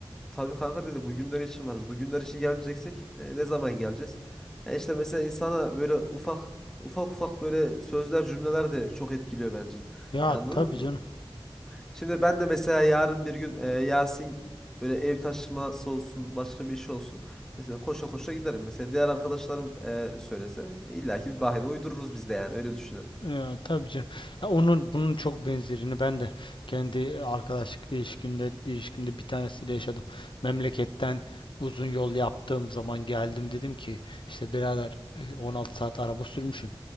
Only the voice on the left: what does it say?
Ya
tabii
canım.
Ya, tabii canım. Ya, onun bunun çok benzerini ben de kendi arkadaşlık ilişkimde ilişkimde bir tanesiyle yaşadım. Memleketten uzun yol yaptığım zaman geldim dedim ki işte birader e, 16 saat araba sürmüşüm.